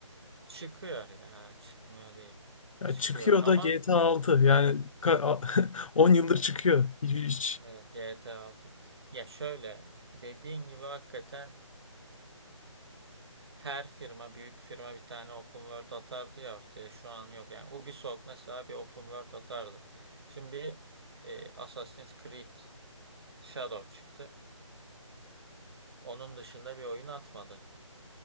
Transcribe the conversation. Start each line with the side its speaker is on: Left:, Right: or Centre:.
Right: çıkıyor ya. Çıkmıyor değil.
Left: Ya
Right: Çıkıyor
Left: çıkıyor
Right: ama
Left: da GTA 6 yani
Right: evet,
Left: ka- <laughs> 10 yıldır çıkıyor. Hiç, hiç.
Right: evet GTA 6. Ya şöyle dediğin gibi hakikaten her firma büyük firma bir tane open world atardı ya ortaya şu an yok. Yani Ubisoft mesela bir open world atardı. Şimdi bir e, Assassin's Creed Shadow çıktı. Onun dışında bir oyun atmadı.